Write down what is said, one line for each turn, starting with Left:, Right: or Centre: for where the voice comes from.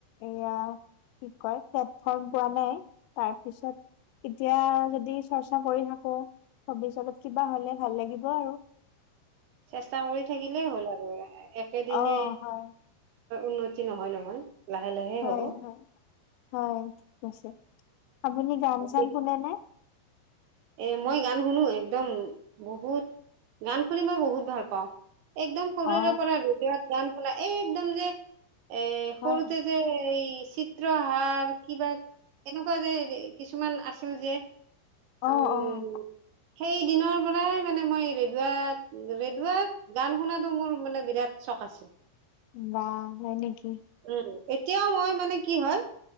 Left: এয়া কি কয় প্লেটফৰ্ম পোৱা নাই তাৰ পিছত এতিয়া যদি চৰ্চা কৰি থাকো ভৱিষ্যতত কিবা হলে ভাল লাগিব আৰু।
Right: চেষ্টা কৰি থাকিলেই হ'ল আৰু একেদিনে
Left: অ হয়
Right: উন্নতি নহয় নহয় লাহে লাহে
Left: হয়
Right: হ'ব।
Left: হয় হয় ঠিক আছে আপুনি গান -চান
Right: উম
Left: শুনে'নে?
Right: এ মই গান শুনো একদম বহুত গান শুনি মই বহুত ভাল পাওঁ। একদম সৰুৰেৰে
Left: অ
Right: পৰা ৰেডিঅ'ত গান শুনাই এই একদম যে এ
Left: হয়
Right: সৰুতে যে এই চিত্ৰ আহাৰ কিবা এনেকা এনেুকোৱা যে কিছুমান আছিল যে উম
Left: অহ- অহ
Right: সেই দিনৰ পৰাই মানে মই ৰেডুৱাত- ৰেডুৱাত গান শুনাটো মোৰ মানে বিৰাট চখ আছিল।
Left: বাহ হয় নেকি?
Right: উম, এতিয়াও মই মানে কি হয়